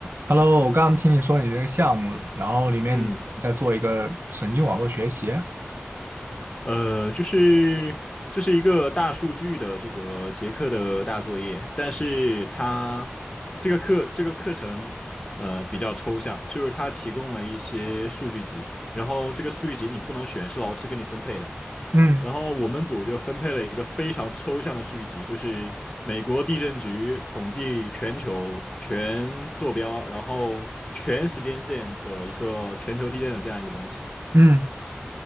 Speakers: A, on the right (about 60°); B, on the left (about 25°).
A: Hello，我刚刚听你说你这个项目，然后里面你在做一个神经网络学习，
B: 嗯，呃，就是这是一个大数据的这个结课的大作业，但是它这个课这个课程呃比较抽象，就是它提供了一些数据集，然后这个数据集你不能选，是老师给你分配的。
A: 嗯
B: 然后我们组就分配了一个非常抽象的数据集，就是美国地震局统计全球全坐标，然后全时间线的一个全球地震的这样一个东西。
A: 嗯，